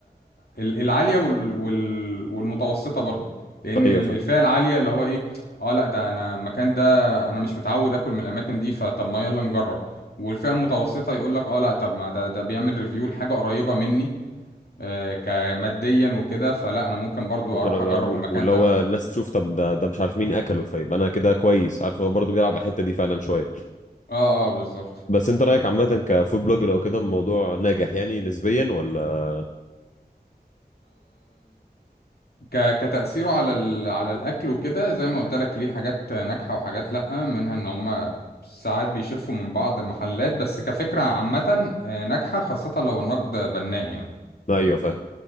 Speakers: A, on the left; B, on the left.
A: ال- العالية وال وال والمتوسطة برضه لان
B: ايوه
A: ال-
B: فاهم
A: الفئة العالية اللي هو ايه اه لا ده انا المكان ده انا مش متعود اكل من الاماكن دي فطب ما يلا نجرب والفئة المتوسطة يقول لك اه لا طب ما ده ده بيعمل ريفيو لحاجة قريبة مني آه كماديا وكده فلا انا ممكن برضو
B: ممكن
A: اروح
B: اجربه
A: اجرب المكان
B: واللي
A: ده
B: هو الناس تشوف طب ده ده مش عارف مين اكله فيبقى انا كده كويس عارف هو برضه بيلعب على الحته دي فعلا شويه
A: اه اه بالظبط
B: بس انت رايك عامه كفود بلوجر او كده الموضوع ناجح يعني نسبيا ولا
A: ك... كتأثيره على ال... على الأكل وكده زي ما قلت لك ليه حاجات ناجحة وحاجات لأ منها إن هما ساعات بيشفوا من بعض المحلات بس كفكرة عامة آه، ناجحة خاصة لو النقد بناء يعني
B: ايوه فاهم